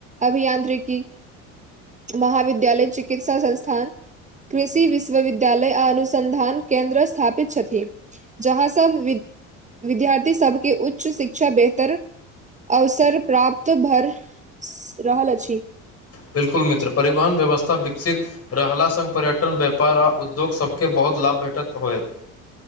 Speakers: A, on the right; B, on the left.
A: अभियांत्रिकी महाविद्यालय, चिकित्सा संस्थान कृषि विश्वविद्यालय आ अनुसन्धान केन्द्र स्थापित छथि। जहाँ सब विद्यार्थी सबके उच्च शिक्षा बेहतर अवसर प्राप्त भ रहल अछि।
B: बिल्कुल मित्र, परिवहन व्यवस्था विकसित रहला सं पर्यटन, व्यापार आ उद्योग सभके बहुत लाभ भेटैत होयत।